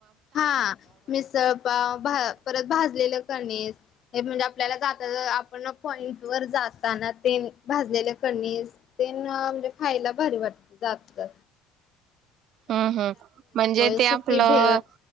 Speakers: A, on the left (about 50°); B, on the right (about 60°).
A: हा मिसळ पाव परत भाजलेलं कणीस हे म्हणजे आप आपल्याला जात आपण कॉइन वर जाताना ते भाजलेले कणीस तेण म्हणजे खायला भारी वाटते जाताना
B: हम्म हम् म्हणजे ते
A: सुकी
B: आपलं
A: भेळ